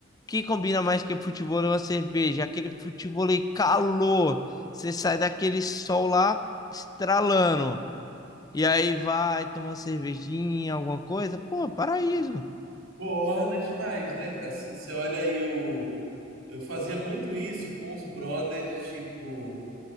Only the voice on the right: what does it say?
Pô, orna demais, né? Assim, você olha aí o. Eu fazia muito isso com os brothers de tipo